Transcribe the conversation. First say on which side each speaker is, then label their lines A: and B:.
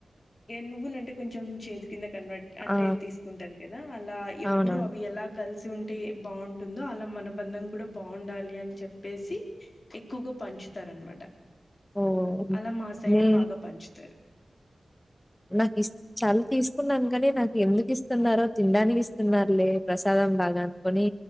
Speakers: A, on the left; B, on the left.
A: నువ్వులు అంటే కొంచ చేదు కింద కన్వర్ట్ అంటే
B: ఆ!
A: తీసుకుంటారు కదా అలా ఎప్పుడు
B: అవునవును.
A: అవి ఎలా కలిసి ఉంటే బాగుంటుందో అలా మ అనుబంధం కూడా బాగుండాలి అని చెప్పేసి ఎక్కువగా పంచుతారు అనమాట
B: ఓహ్!
A: అలా మా సైడ్
B: నే
A: బాగా పంచుతారు
B: నాక్ ఇస్ చల తీసుకున్నాను కానీ నాకు ఎందుకు ఇస్తున్నారో తినడానికి ఇస్తున్నారులే ప్రసాదం లాగ అనుకొని